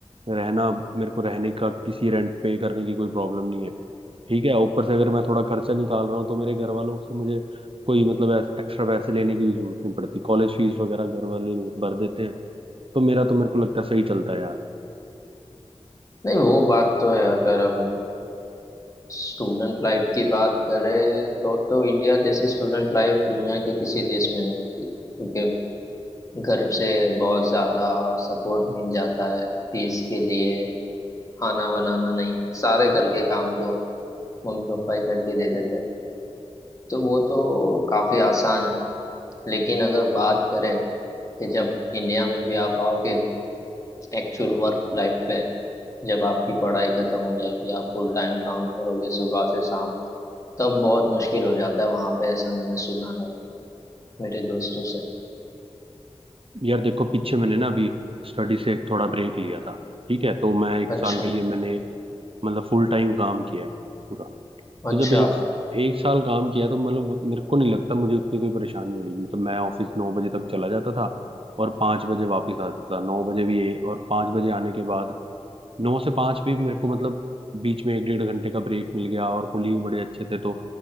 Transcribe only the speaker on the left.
नहीं वो बात तो है अगर हम स्टूडेंट लाइफ की बात करें तो तो इंडिया जैसी स्टूडेंट लाइफ दुनिया के किसी देश में नहीं होती क्योंकि घर से बहुत ज्यादा सपोर्ट मिल जाता है फीस के लिए खाना बनाना नहीं है सारे घर के काम तो मम्मी पापा ही करके दे देते हैं तो वो तो काफी आसान है लेकिन अगर बात करें कि जब इंडिया में भी आप आओगे एक्चुअल वर्क लाइफ पे जब आपकी पढ़ाई खत्म हो जाएगी आप फुल टाइम काम करोगे सुबह से शाम तब बहुत मुश्किल हो जाता है वहां पे ऐसा मैंने सुना है मेरे दोस्तों से
अच्छा
अच्छा